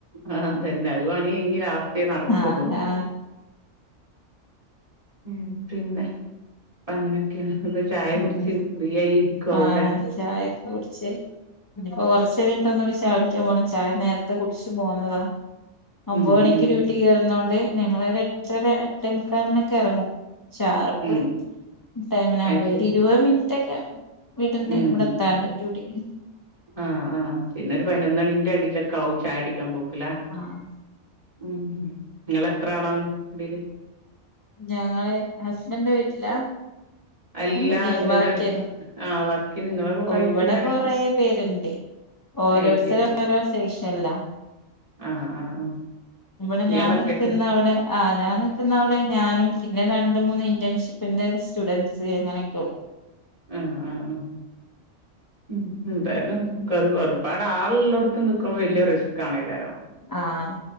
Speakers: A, on the right (about 30°); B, on the left (about 20°).
A: ആഹ് അതന്നെ അത് പണ്യയിഞ്ഞ് രാത്രിയേ നടക്കോള്ളൂ
B: ആഹ് ലാ
A: ഉം പിന്നെ അങ്ങനെയൊക്ക്യാണ് ഒക്കെ ചായ
B: ഉം
A: കുടിച്ച് ഫ്രീയായി ഇരിക്കാവുലെ
B: ആഹ് ചായൊക്കെ കുടിച്ച് ഇനിയിപ്പോ കൊറച്ചഴിഞ്ഞിട്ട് ഒന്നൂടിം ചായുടിക്ക്യൻ പോണം ചായ നേരത്തെ കുടിച്ച് പോന്നതാ ഒമ്പത്
A: ഉം
B: മണിക്ക്
A: ഉം
B: ഡ്യൂട്ടി കേറ്ന്നോണ്ട് ഞങ്ങളൊര് എട്ടര എട്ടമുക്കാല്നൊക്കെ എറങ്ങും ഷാർപ്പ്
A: ഉം
B: ടൈമിനാ
A: അത്
B: ഒരു
A: ശരി
B: ഇരുവത് മിൻറ്റൊക്കെ വീടിന്റെ
A: ഉം
B: ഇബടെത്താണ്ട് ഡ്യൂട്ടിക്ക്
A: ആഹ് ആഹ് പിന്നൊരു പയിനൊന്നണിന്റെ എടിലൊക്കാവും ചായുടിക്കാൻ പോക്ക്ലെ
B: ആഹ്
A: മ്മ് മ്മ് നിങ്ങള് എത്ര ആളാണ് ഇതില്
B: ഞങ്ങള് ഹസ്ബന്റെ വീട്ടിലാ
A: അല്ലാ
B: അല്ലെങ്കി
A: ഇങ്ങനെ
B: വർക്ക്യ്യ്ന്ന
A: ആഹ് വർക്കിന് നിങ്ങളെ കൂടായിട്ട്
B: ഇവടെ
A: ഇങ്ങനെ
B: കൊറേ പേര്ണ്ട് ഓരോര്ത്തര്
A: ഏയ് ശരി
B: ഓരോ സെഷൻലാ
A: ആഹ് ആഹ് ആഹ്
B: ഇവടെ ഞാൻ
A: ഇയാള് ഒറ്റക്ക്
B: നിക്ക്ന്നവടെ ആഹ് ഞാൻ നിക്ക്ന്നവ്ടെ ഞാനും പിന്നെ രണ്ട് മൂന്ന് ഇന്റേൺഷിപ്പിന്റെ സ്റ്റുഡൻസ് അങ്ങനെയൊക്കെള്ളൂ
A: ആഹ് ആഹ് ആഹ് ഉം എന്തായാലും കൊറെ ഒര്പാടാള് ഉള്ളോട്ത്ത് നിക്കുമ്പോ വല്ല്യ റിസ് ക്കാണെക്കാരാം
B: ആഹ്